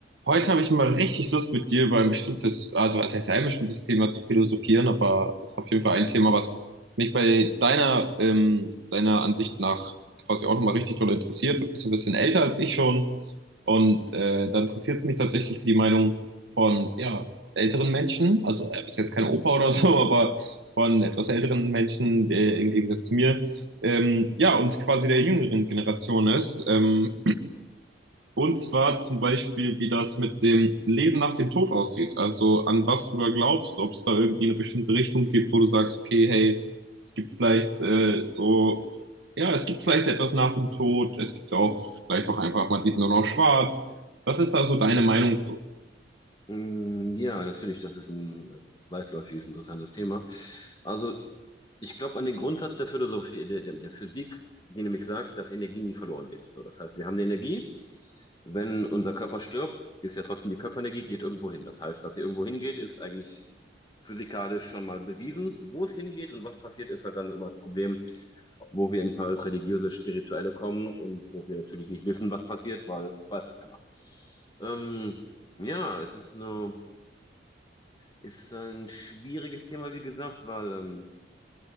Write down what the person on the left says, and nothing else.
Mm, Ja, natürlich, das ist ein äh, weitläufiges, interessantes Thema. Also, ich glaube an den Grundsatz der Philosophie, der, der der Physik, die nämlich sagt, dass Energie nie verloren geht. So, das heißt, wir haben die Energie. Wenn unser Körper stirbt, ist ja trotzdem die Körperenergie, geht irgendwo hin. Das heißt, dass sie irgendwo hingeht, ist eigentlich physikalisch schon mal bewiesen. Wo es hingeht und was passiert, ist halt dann immer das Problem, wo wir ins halt religiöse, spirituelle kommen und wo wir natürlich nicht wissen, was passiert, weil das weiß ja keiner. Ähm, ja, es ist eine. Ist äh, ein schwieriges Thema, wie gesagt, weil ähm,